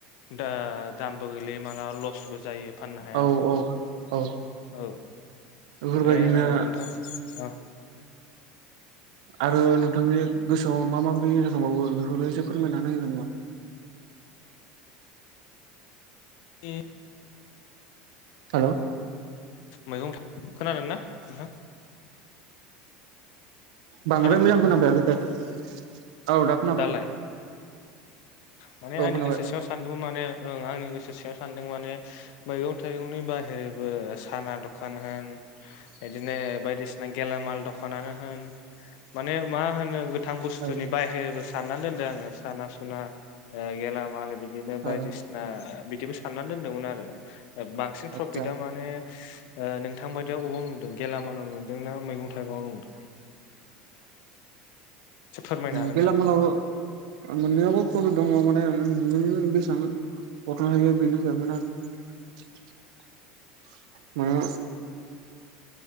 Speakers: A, on the left; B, on the right.
A: द दामबो गोैलैयो मालाबा लसबो जायो फाननो हायाबा
B: औ औ औ
A: औ
B: बेफोरबायदिनो
A: माने नोंथां अ
B: आरो नोंथांनि गोसोआव मा मा बिजनेंबावो बेखौ एसे फोरमायनानै होगोन नामा
A: ए
B: हेलौ
A: मैगं खोनादों ना नोंहा
B: बांद्राय
A: नोंथां
B: मोजां खोनाबाय आाखैथाय औ दा खोनाबाय
A: दालाय माने
B: औ
A: आंनि
B: खोनाबाय
A: गोसो सिङाव सानदोंमोन माने ओं आंनि गोसो सिङयाव सानदों माने मैगं थाइगंनि बाहेरबो साना दखान होन बिदिनो बायदिसिना गेलामाल दखानानो होन माने मा होनो गोथां बुस्थुनि
B: औ
A: बाहहेरबो साननानै दोनदों आङो साना सुना गेलामाल बिदि बिनो बायदिसिना
B: औ
A: बिदिबो साननानै दोनदोंमोन आरो बांसिन
B: आदसा
A: प्रफिटा माने नोंथां बायदियाव अबेयाव नुदों गेलामालाव नुदों ना मैगं थाइगंआव नुदों <inaudible> फोरमायनो हागोन
B: गेलामाल
A: नामा?
B: मोननैयावबो प्र दङ माने बेसांथ बिनोस जादोंना आरो मान